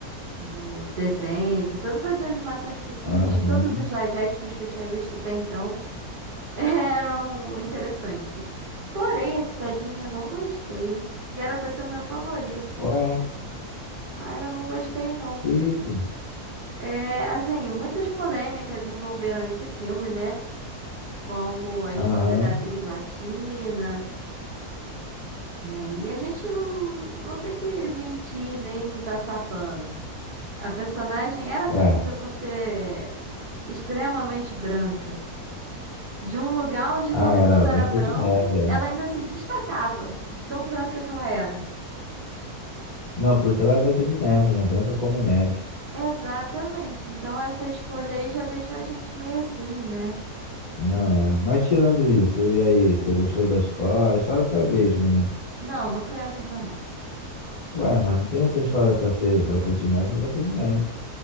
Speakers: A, on the right; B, on the left.
A: Do desenho, de todas as animações possíveis,
B: Aham.
A: de todos os live actions que eu tinha visto até então, <laughs> eram interessantes. Porém, esse da Disney eu não gostei. E era pra ser o meu favorito.
B: Ué,
A: Ah, eu não gostei, não.
B: que isso?
A: É, assim, muitas polêmicas envolveram esse filme, né? Como a escolha
B: Aham.
A: da atriz latina, né? E a gente não, não tem que mentir nem passar pano. A personagem era
B: Ué.
A: conhecida por ser extremamente branca. De um lugar onde
B: Ah,
A: todo
B: era
A: mundo
B: Branca
A: era branco,
B: de Neve, é.
A: ela ainda se destacava de tão branca que ela era.
B: Não, por isso que ela era Branca de Neve, né? Branca como neve.
A: Exatamente. Então essa escolha aí já deixou a gente meio assim, né?
B: Não, é. Mas tirando isso, e aí, você gostou da história? A história foi a mesma, né?
A: Não, não foi a mesma, não.
B: Ué, mas não tem outra história pra ser Branca de Neve, Branca de Neve.